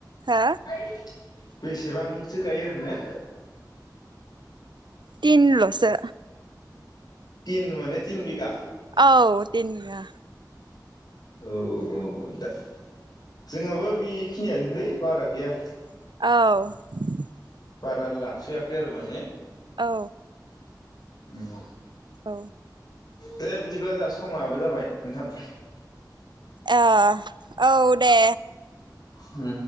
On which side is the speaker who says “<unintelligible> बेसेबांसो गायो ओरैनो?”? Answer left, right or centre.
Left